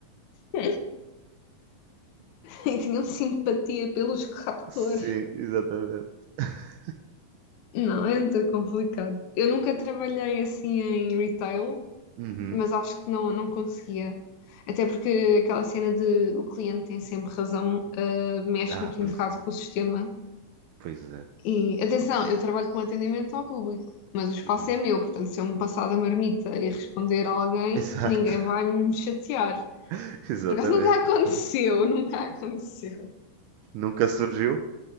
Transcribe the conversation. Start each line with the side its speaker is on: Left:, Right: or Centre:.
Left: <laughs> E tinham simpatia pelos captores.
Right: Sim, exatamente. <laughs>
Left: Não, é muito complicado. Eu nunca trabalhei assim em retail,
Right: Uhum.
Left: mas acho que não, não conseguia. Até porque aquela cena de o cliente tem sempre razão, ah, mexe-me
Right: Ah,
Left: aqui
Right: pois
Left: um bocado
Right: é,
Left: com o sistema.
Right: pois é.
Left: E atenção, eu trabalho com atendimento ao público, mas o espaço
Right: Uhum.
Left: é meu, portanto, se eu me passar da marmita e responder a alguém,
Right: Exato,
Left: ninguém vai me chatear.
Right: <laughs> exatamente.
Left: Por acaso nunca <laughs> aconteceu, nunca aconteceu.
Right: Nunca surgiu?